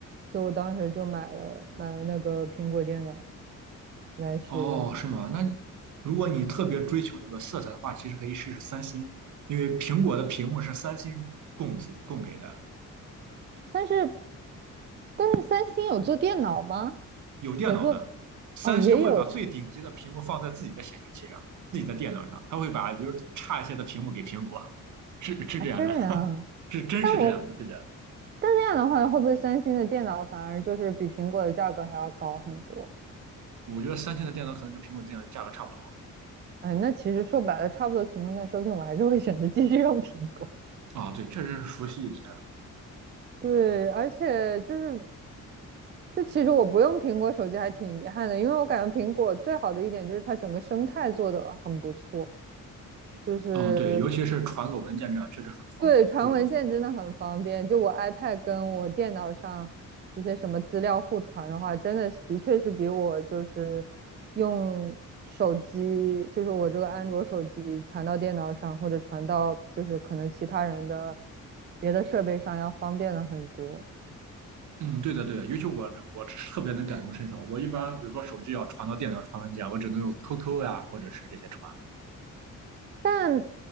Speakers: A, on the right (about 35°); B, on the right (about 65°).
A: 所以我当时就买了买了那个苹果电脑来使用。
B: 哦，是吗？那如果你特别追求那个色彩的话，其实可以试试三星，因为苹果的屏幕是三星供给供给的，
A: 但是但是三星有做电脑吗？
B: 有电脑的，
A: 有做
B: 三星会把最顶级的屏幕放在自己的显示器上，
A: 哦，也有
B: 自己的电脑上，它会把比如差一些的屏幕给苹果，是是这样的，
A: 啊，这样。
B: <laughs> 是真是这样的，
A: 但我
B: 对的。
A: 但那样的话，会不会三星的电脑反而就是比苹果的价格还要高很多？
B: 我觉得三星的电脑可能跟苹果电脑价格差不多。
A: 哎，那其实说白了，差不多情况下，说不定我还是会选择继续用苹果。
B: 啊，对，确实是熟悉一些。
A: 对，而且就是，就其实我不用苹果手机还挺遗憾的，因为我感觉苹果最好的一点就是它整个生态做得很不错，就是
B: 啊，对，尤其是传个文件这样，确实很方便，
A: 对，传文件真的很方便。
B: 非常方便。
A: 就我 iPad 跟我电脑上一些什么资料互传的话，真的是的确是比我就是用手机，就是我这个安卓手机传到电脑上，或者传到就是可能其他人的别的设备上要方便了很多。
B: 嗯，对的，对的，尤其我我特别能感同身受。我一般比如说手机要传到电脑传文件，我只能用 QQ 呀，或者是这些传。
A: 但